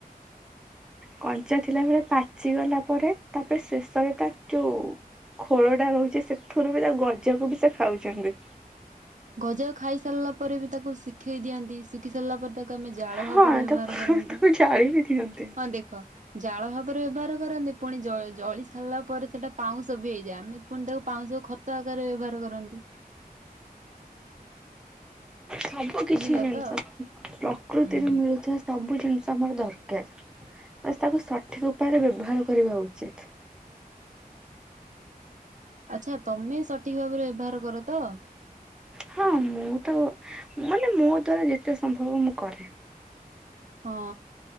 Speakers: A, in the centre; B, on the right.
A: କଞ୍ଚା ଥିଲାବେଳେ ପାଚି ଗଲା ପରେ ତାପରେ ଶେଷରେ ତା ଯୋଉ ଖୋଳ ଟା ରହୁଛି ସେଥିରୁ ବି ତା ଗଜକୁ ବି ସେ ଖାଉଛନ୍ତି।
B: ଗଜ ଖାଇ ସାରିଲା ପରେ ବି ତାକୁ ଶିଖେଇ ଦିଅନ୍ତି ଶୁଖି ସାରିଲା ପରେ ତାକୁ ଆମେ ଜାଳ
A: ହଁ
B: ଭାବରେ ବ୍ୟବହାର
A: ତାକୁ
B: କରନ୍ତି
A: ତାକୁ ଜାଳି ବି ଦିଅନ୍ତି
B: ହଁ ଦେଖ ଜାଳ ଭାବରେ ବ୍ୟବହାର କରନ୍ତି ପୁଣି ଜ ଜଳି ସାରିଲା ପରେ ସେଟା ପାଉଁଶ ବି ହେଇଯାଏ ଆମେ ପୁଣି ତାକୁ ପାଉଁଶ ଖତ ଆକାରରେ ବ୍ୟବହାର କରନ୍ତି।
A: ସବୁ କିଛି
B: ଶୁଣିଲ
A: ଜିନିଷ
B: ତ
A: ପ୍ରକୃତିରେ
B: ହୁଁ
A: ମିଳୁଥିବା ସବୁ ଜିନିଷ ତାମରା ଦରକାର ବାସ୍ ତାକୁ ସଠିକ ଉପାୟରେ ବ୍ୟବହାର କରିବା ଉଚିତ।
B: ଆଚଲଛା ତମେ ସଠିକ ଭାବରେ ବ୍ୟବହାର କର ତ?
A: ହଁ ମୁଁ ତ ମାନେ ମୋ ଦ୍ଵାରା ଯେତେ ସମ୍ଭବ ମୁଁ କରେ।
B: ହଁ